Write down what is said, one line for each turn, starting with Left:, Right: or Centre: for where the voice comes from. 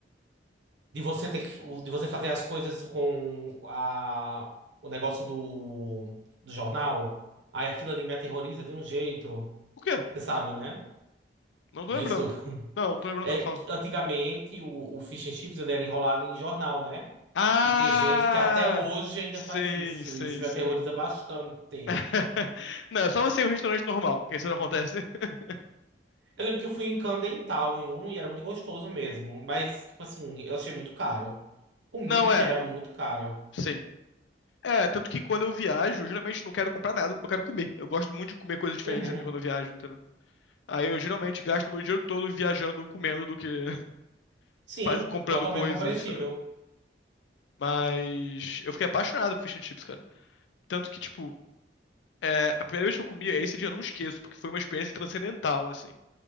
Right: de você ter que, de você fazer as coisas com a o negócio do do jornal. Aí aquilo ali me aterroriza de um jeito,
Left: O quê?
Right: você sabe, né?
Left: Não tô
Right: Disso
Left: lembrando. Não, não tô lembrando,
Right: é
Left: não, fala.
Right: que antigamente o, o Fish and Chips ele era enrolado em jornal, né?
Left: Ah!
Right: E tem gente que até hoje ainda
Left: Sim,
Right: faz isso.
Left: sim,
Right: Isso me
Left: sim.
Right: aterroriza bastante.
Left: <laughs> Não, é só você em um restaurante normal, que isso não acontece. <laughs>
Right: Eu lembro que eu fui em Camden Town em um e era muito gostoso mesmo, mas tipo assim, eu achei muito caro. Comida
Left: Não,
Right: em
Left: é,
Right: geral é muito caro.
Left: sim. É, tanto que quando eu viajo, eu geralmente não quero comprar nada, eu quero comer. Eu gosto muito de comer coisas diferentes
Right: Uhum.
Left: quando eu viajo, entendeu? Aí eu geralmente gasto meu dinheiro todo viajando, comendo do que <laughs>
Right: Sim,
Left: faz- comprando
Right: totalmente
Left: coisas,
Right: compreensível.
Left: sabe? Mas eu fiquei apaixonado por fish and chips, cara. Tanto que, tipo, é, a primeira vez que eu comia, esse dia eu não esqueço, porque foi uma experiência transcendental, assim.